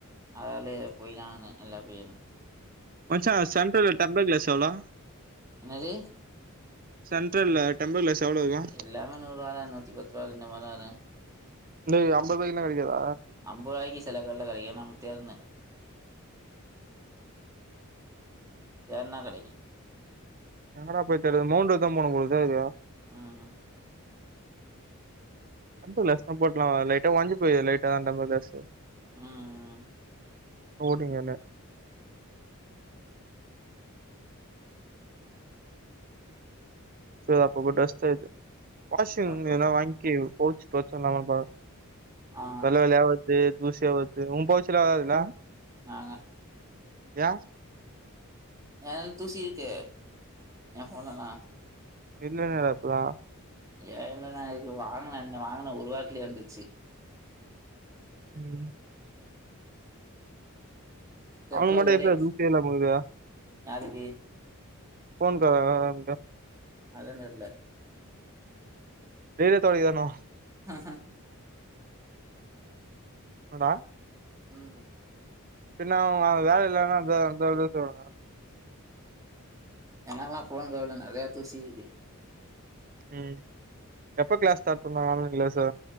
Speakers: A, on the right; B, on the right.
A: அதாலே போய் தா ஆவுனு எல்லா பீரயடுமே
B: மச்சா சென்டரல்ல டெம்பர் கிளாஸ் எவ்ளோ
A: என்னது
B: சென்டரல்ல டெம்பர் க்ளாஸ் எவ்ளோ இருக்கு
A: எல்லாமே நூறுவாதா நூத்தி பத்து ரூவா இந்த மாரி தா இருக்கு
B: இது அம்பதுரூபாய்க்லா கடைக்காதா
A: அம்பதுரூவாய்க்கு சிலகட்ல கடைக்கு நம்ம தேட்னு தேர்னா கெடைக்கு
B: எங்கடா போய் தேட்றது மௌன்ட் ரோடு தா போனு போலருக்கு <unintelligible>
A: ம் ம்
B: ரொம்ப லஸ்தா பட்றா லைட்டா ஒட்ஞ்சி போய்து லைட்டா அந்த மாரி லாஸ் ஸு
A: ம் ம்
B: ஓடிங்கனு ச அப்பப்ப டஸ்ட் ஆது வாஷிங்
A: அப்போ
B: எனா வாங்கி போ ஸ்டோச்சின் ந பா
A: ஆ
B: வெள்ள வெள்ள ஆவது தூசி ஆவது உன் பவுச்சுல ஆவாதுல்ல
A: ஆஹா
B: ஏ
A: எனக் தூசி இருக்கு என் ஃபோன்லதா
B: இல்லங்கிற அப்பனா
A: ஏ இல்லன்னா இது வாங்குன அன்ன வாங்குனது ஒருவாரத்துலயே வந்துர்ச்சு
B: ம்
A: டெம்பர்
B: அவனுக்கு மட்டு
A: வரி
B: எப்டிடா தூசியே இல்லாம இருக்குதா
A: நாளைக்கு
B: ஃபோன் கவரா அதலா விடு
A: அதா தெரில
B: வெளிய தொடைக்கணு
A: ஹஹ
B: அடா
A: ம்
B: பின்ன அவ வேல இல்லன்னா அப்டிதா அந்த இது சொல்லுவாங்க
A: எனக்குலா ஃபோனு கவர்ல நெறயா தூசி இருக்கு
B: ம் எப்ப கிளாஸ் ஸ்டார்ட் பண்ணுவாங்க ஆன்லைன் கிளாஸு